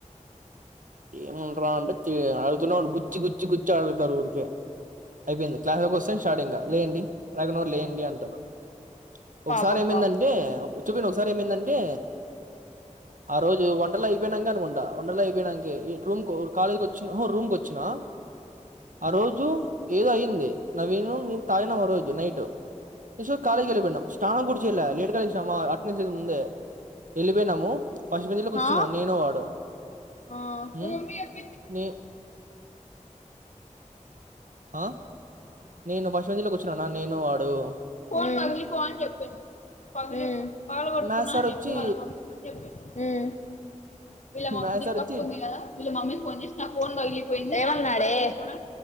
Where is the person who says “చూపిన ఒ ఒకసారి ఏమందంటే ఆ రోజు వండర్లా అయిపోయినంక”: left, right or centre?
Right